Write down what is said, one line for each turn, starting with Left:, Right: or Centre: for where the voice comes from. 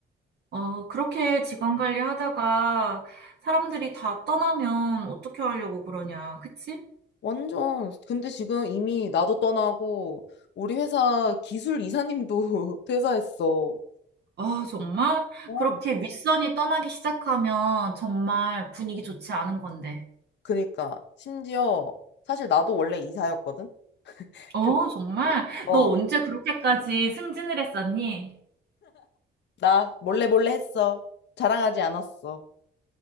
Right: 어, 그렇게 직원 관리하다가 사람들이 다 떠나면 어떻게 하려고 그러냐, 그치?
Left: 완전. 근데 지금 이미 나도 떠나고 우리 회사 기술 이사님도 <laughs> 퇴사했어.
Right: 아, 정말?
Left: 어.
Right: 그렇게 윗선이 떠나기 시작하면 정말 분위기 좋지 않은 건데.
Left: 그니까 심지어 사실 나도 원래 이사였거든.
Right: 어,
Left: 근-
Right: 정말?
Left: 어,
Right: 너 언제 그렇게까지 승진을 했었니?
Left: 나 몰래 몰래 했어. 자랑하지 않았어.